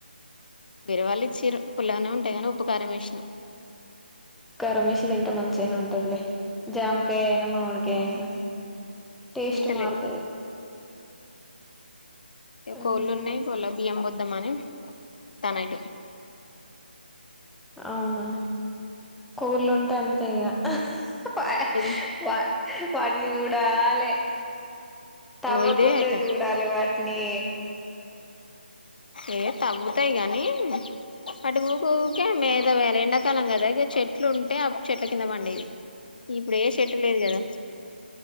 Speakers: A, on the left; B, in the centre.
A: వేరే వాళ్ళు ఇచ్చారు పుల్లాగానే ఉంటాయి కానీ ఉపకారం వేస్ని
B: రమేష్ ది ఎంత మంచిగానే ఉంటదిలే జామకాయ అయినా మావిడికాయ అయినా టేస్ట్
A: తింటలె
B: మారుతది ఉమ్
A: కోల్న్నా బ బియం బద్ మని టమాటొ
B: అవునా కోళ్ళు ఉంటే అంతే ఇగ ప
A: వాటిని
B: ప వాట్ని యూడాలె తవ్వకుండే
A: ఇగో ఇదే అయితాంది
B: చూడాలి వాటిని
A: ఏ తవ్వుతయి గనీ వాటు ఊక ఊరికే మ మీద వే ఎండాకాలం కదా ఇక చెట్లు ఉంటే ఆ చెట్ల కింద పండేది ఇప్పుడు ఏ చెట్లు లేదు కదా